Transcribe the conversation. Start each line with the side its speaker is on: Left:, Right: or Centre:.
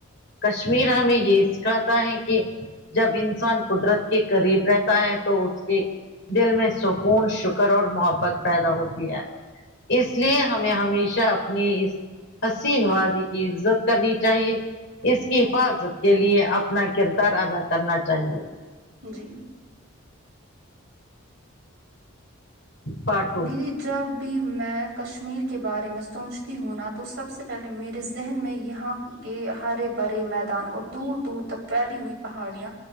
Left: کشمیر ہمیں یہ سکھاتا ہے کی جب انسان قدرت کے قریب رہتا ہے تو اس کے دل میں سکون شکر اور محبت پیدا ہوتی ہے اس لیے ہمیں ہمیشہ اپنی اس حسین وادی کی عزت کرنی چاہیے اس کی حفاظت کے لیے اپنا کردار ادا کرنا چاہیے
Right: جی
Left: پارٹ ٹو
Right: دیدی جب بھی میں کشمیر کے بارے میں سوچتی ہوں نا تو سب سے پہلے میرے ذہن میں یہاں کہ ہرے برے میدان اور دور دور تک پھیلی ہوئی پہاڑیا